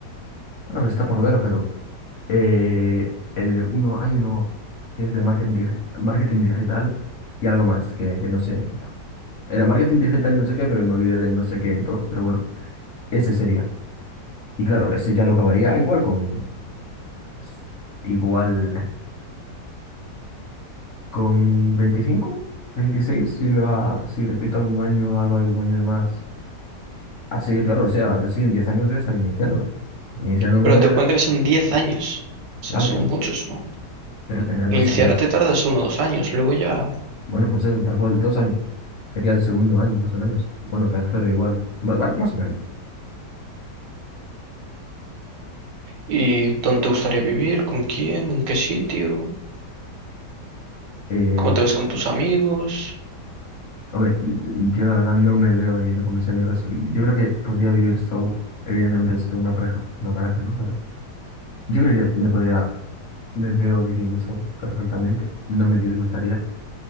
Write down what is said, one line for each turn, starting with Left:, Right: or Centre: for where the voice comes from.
Left: Bueno, está por ver, pero eh, el, uno, hay uno que es de marketing, dig- marketing digital y algo más, que, que no sé. claro. Era marketing digital, no sé qué, pero me olvidé del no sé qué, entonces, pero bueno, ese sería. Y claro, ese ya lo acabaría ah, igual con, pues, igual con 25 26 si me va, si repito algún año, hago algún año de más. Así que claro, o sea, pues sí, en 10 años voy a estar iniciándome. Iniciándome,
Right: Pero te cuenta que son 10 años. O sea,
Left: claro,
Right: son
Left: claro,
Right: muchos, ¿no?
Left: pero tener dos
Right: Iniciarte
Left: años,
Right: tardas uno o dos años, luego ya.
Left: bueno, pues eso, tal cual, dos años. sería el segundo año, más o menos. Bueno, tercero igual. Bu- Bueno, más o menos.
Right: ¿Y dónde te gustaría vivir? ¿Con quién? ¿En qué sitio?
Left: Eh,
Right: ¿Cómo te ves con tus amigos?
Left: hombre, yo la verdad no me veo viviendo con mis amigos. Yo creo que podría vivir solo. Evidentemente, si tengo una pareja, pues una pareja, ¿no? Pero yo creo que me podría, me veo viviendo solo perfectamente. No me disgustaría.